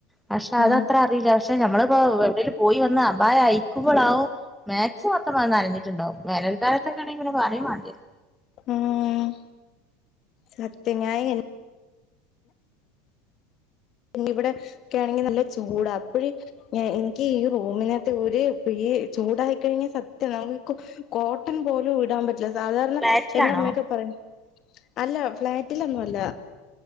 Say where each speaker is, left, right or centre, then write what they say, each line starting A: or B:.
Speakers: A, in the centre; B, on the left.
A: പക്ഷെ അതത്ര
B: ആഹ്
A: അറിയില്ല പക്ഷെ നമ്മളിപ്പോ എവിടെലും പോയി വന്നാ അപായം അയക്കുമ്പോളാവും മാക്സി മൊത്തം നനഞ്ഞിട്ടുണ്ടാകും വേനൽക്കാലത്തൊക്കെയാണെ പറയും വേണ്ടിവരില്ല
B: ഉം സത്യം ഞാൻഎ പിന്നെ ഇവിടെക്കെ ആണെങ്കിൽ നല്ല ചൂടാ അപ്പഴ്‌ എനിക്ക് ഈ റൂമിനത്ത് ഒരു ഈ ചൂടായിക്കഴിഞ്ഞ സത്യം നമുക്ക് കോ കോട്ടൺ പോലും ഇടാൻ പറ്റ സാധാരണ
A: ഫ്ലാറ്റിലാണോ
B: എന്റെ അമ്മയൊക്കെ പറയും അല്ല ഫ്ളാറ്റിലൊന്നും അല്ല